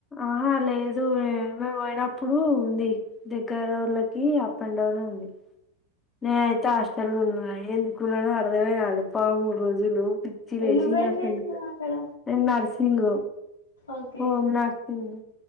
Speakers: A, on the left; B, on the left.
A: ఆహా లేదు మే పోయినప్పుడు ఉంది దగ్గరోళ్ళకి అప్ అండ్ డౌనే ఉంది. నేనయితే హాస్టల్ ఉన్నా ఎందుకున్ననో అర్థమే కాలే పదమూడు రోజులు పిచ్చి లేశింది
B: ఏ, నువ్వేం
A: అసలు
B: నేర్చుకున్నావ్ అక్కడ
A: నేన్ నర్సింగ్
B: ఓకే
A: హోమ్ నర్సింగ్